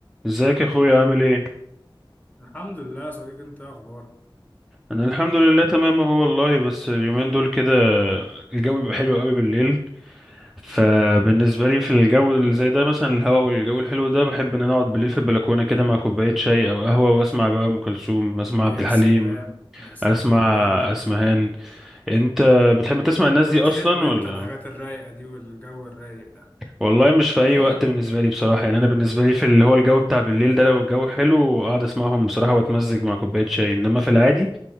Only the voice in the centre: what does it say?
ازيك يا اخويا عامل ايه
انا الحمد لله تمام اهو والله بس اليومين دول كده الجو بيبقى حلو قوي بالليل فبالنسبه لي في الجو اللي زي ده مثلا الهواء والجو الحلو ده بحب ان انا اقعد بالليل في البلكونه كده مع كوبايه شاي او قهوه واسمع بقى ام كلثوم اسمع
عبد الحليم
اسمع
اسمهان انت بتحب تسمع الناس
دي
اصلا
ولا
والله مش في اي
وقت بالنسبه لي بصراحه يعني انا بالنسبه لي في اللي هو الجو بتاع بالليل ده لو الجو حلو اقعد اسمعهم بصراحه واتمزج مع كوبايه شاي انما في العادي